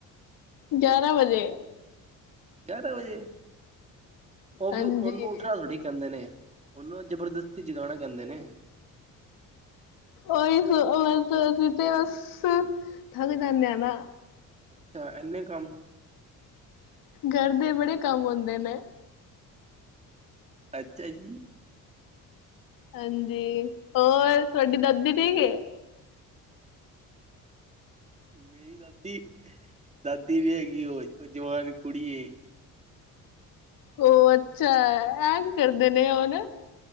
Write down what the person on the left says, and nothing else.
ਗਿਆਰਾਂ ਵਜੇ,
ਹਾਂਜੀ
ਔਹੀ ਔ ਹੀ ਤੇ ਬਸ ਹੱਥਾਂ ਤੇ ਕਰਨੇ ਆ ਨਾ
ਘਰ ਦੇ ਬੜੇ ਕੰਮ ਹੁੰਦੇ ਨੇ।
ਹਾਂਜੀ ਹੋਰ ਤੁਹਾਡੀ ਦਾਦੀ ਠੀਕ ਐ?
ਉਹ ਅੱਛਾ ਐ ਵੀ ਕਰਦੇ ਨੇ ਉਹ ਨਾ